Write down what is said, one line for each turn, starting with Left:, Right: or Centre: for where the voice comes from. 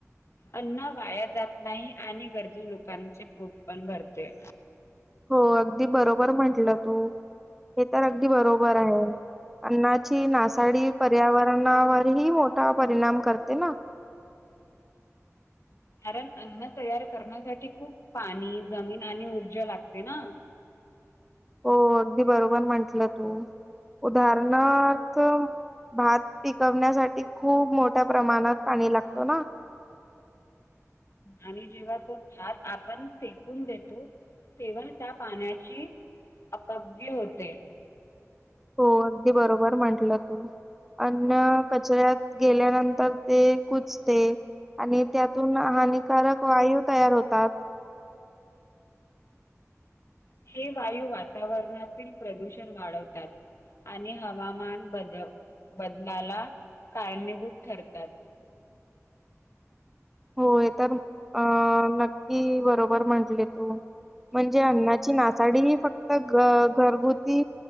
Left: अन्न वाया जात नाही आणि गरजू लोकांचे पोट पण भरते.
Centre: हो अगदी बरोबर म्हंटलं तू. हे तर अगदी बरोबर आहे. अन्नाची नासाडी पर्यावरणावरही मोठा परिणाम करते ना?
Left: कारण अन्न तयार करण्यासाठी खूप पाणी, जमीन आणि ऊर्जा लागते ना?
Centre: हो. अगदी बरोबर म्हंटलं तू. उदाहरणार्थ, भात पिकवण्यासाठी खूप मोठ्या प्रमाणात पाणी लागत ना?
Left: आणि जेव्हा तो भात आपण फेकून देतो तेव्हा त्या पाण्याची अपव्यय होते.
Centre: हो अगदी बरोबर म्हटलं तू अन्न, कचऱ्यात गेल्यानंतर ते कुजते आणि त्यातून हानिकारक वायू तयार होतात.
Left: हे वायू वातावरणातील प्रदूषण वाढवतात आणि हवामान बद बदलाला कारणीभूत ठरतात.
Centre: होय तर. अं- नक्की बरोबर म्हंटले तू म्हणजे, अन्नाची नासाडी ही फक्त घ घरगुती